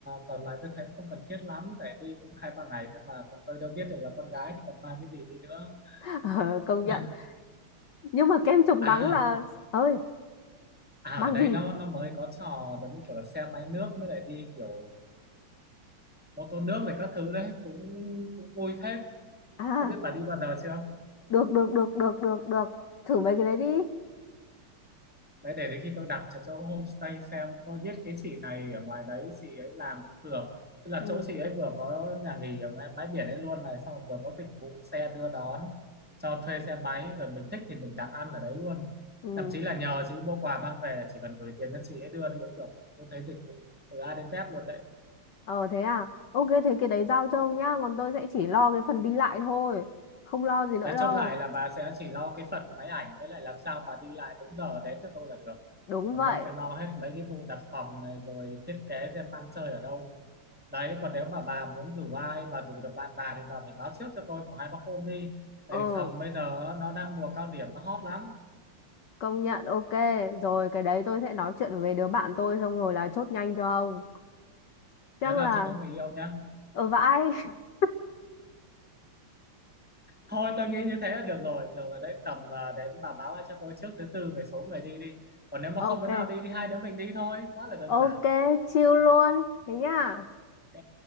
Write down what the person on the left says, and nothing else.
<laughs> ờ, công
nhận. Nhưng mà kem chống
nắng là ơi,
mang
gì?
À,
được được được được được được. Thử mấy cái đấy đi.
Ừ.
Ừ.
Ờ thế à? Ok thế cái đấy giao cho ông nhá, còn tôi sẽ chỉ lo cái phần đi lại thôi, không lo gì nữa
đâu.
Đúng
vậy.
Ừ,
công nhận ok. Rồi cái đấy tôi sẽ nói chuyện với đứa bạn tôi xong rồi là chốt nhanh cho ông. Chắc
là
ở vãi. <laughs>
Ok.
Ok,
chill luôn. Thế nhá.